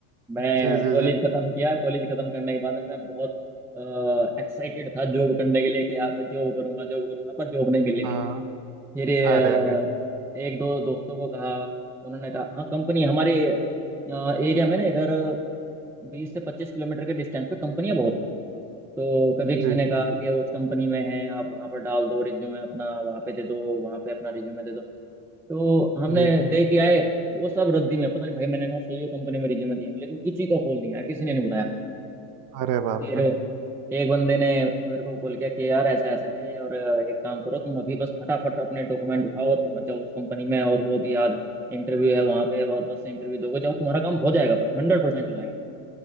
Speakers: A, in the centre; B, on the right.
A: मैं
B: जी जी
A: कॉलेज
B: जी
A: खत्म किया कॉलेज खत्म करने के बाद में मैं बहुत एक्साइटेड था जॉब करने के लिए कि यार मैं जॉब करूंगा जॉब करूंगा पर जॉब नहीं मिल
B: हाँ
A: रही फिर अ,
B: अरे अरे
A: एक दो दोस्तों को कहा उन्होंने कहा हाँ कंपनी हमारे एरिया में ना इधर बीस से पच्चीस किलोमीटर के डिस्टेंस पे कंपनियां बहुत हैं तो कभी किसी
B: जी
A: ने कहा कि उस कंपनी में है आप वहाँ पर डाल दो रिज्यूमे अपना वहाँ पे दे दो वहाँ पे अपना रिज्यूमे दे दो तो हमने
B: जी
A: दे के आए वो सब रद्दी में पता नहीं भाई मैंने ना सही कंपनी में रिज्यूमे दिए हैं, लेकिन किसी का कॉल नहीं आया किसी ने नहीं बुलाया
B: अरे बाप
A: फिर
B: रे
A: एक बंदे ने मेरे को बोल किया कि यार ऐसा ऐसा है और एक काम करो तुम अभी बस फटाफट अपने डॉक्यूमेंट उठाओ और पहुंच जाओ उस कंपनी में और वो भी आज इंटरव्यू है वहां पे और बस इंटरव्यू दोगे जाओ तुम्हारा काम हो जाएगा बस हंड्रेड परसेंट हो जाएगा